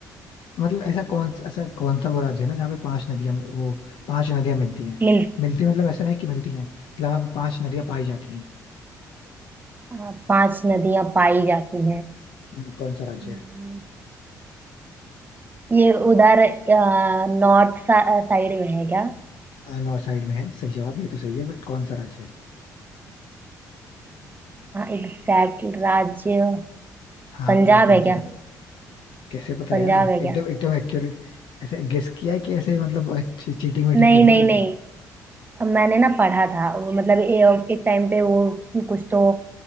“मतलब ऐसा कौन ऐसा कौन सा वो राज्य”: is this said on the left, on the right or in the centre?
Left